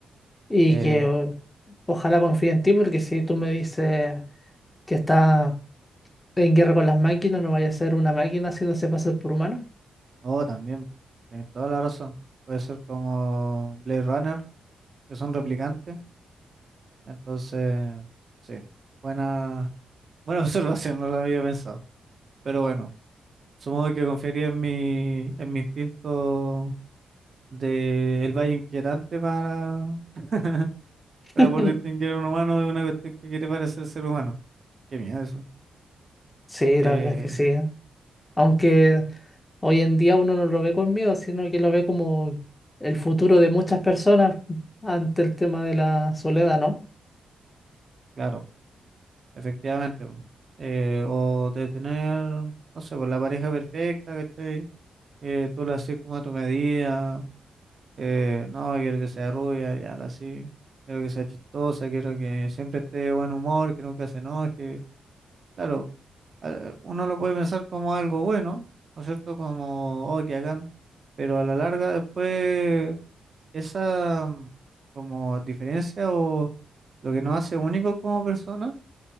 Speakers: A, on the left (about 15°); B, on the right (about 45°).
A: Y
B: Eh,
A: que o- ojalá confíe en ti, porque si tú me dices que está en guerra con las máquinas, no vaya a ser una máquina haciéndose pasar por humano.
B: oh, también, tenés toda la razón. Puede ser como Blade Runner que son replicantes. Entonces, sí, buena, <laughs> buena observación, no lo había pensado. Pero bueno, supongo que confiaría en mi, en mi instinto de el valle inquietante para, <laughs>
A: <laughs>
B: para poder distinguir a un humano de una cuestión que quiere parecer ser humano. Qué miedo eso.
A: Sí,
B: Eh,
A: la verdad es que sí. Aunque hoy en día uno no lo ve con miedo, sino que lo ve como el futuro de muchas personas ante el tema de la soledad, ¿no?
B: claro, efectivamente. bueno. Eh, o de tener, no sé, pues la pareja perfecta, ¿cachai? Que tú la haces como a tu medida Eh, no, quiero que sea rubia, ya la sí. Quiero que sea chistosa, quiero que siempre esté de buen humor, que nunca se enoje. Claro, a- uno lo puede pensar como algo bueno, ¿no es cierto? Como, oh, que hagan. Pero a la larga después esa mm, como diferencia o lo que nos hace únicos como personas